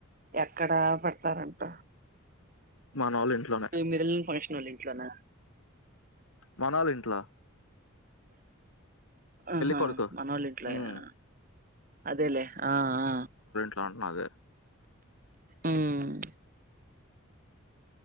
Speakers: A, on the right; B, on the left.
A: ఎక్కడా పెడతారంట
B: మనోళ్ళ
A: <inaudible>
B: ఇంట్లోనే
A: మీరెళ్ళి ఫంక్షన్ వాళ్ళు ఇంట్లోనా
B: మనోళ్ళ ఇంట్లో
A: ఆహా
B: కొడుకు
A: మనోళ్ళ ఇంట్లో
B: ఉమ్,
A: ఏనా అదేలేే ఆ ఆ
B: ప్యాంట్ నాదే
A: ఉమ్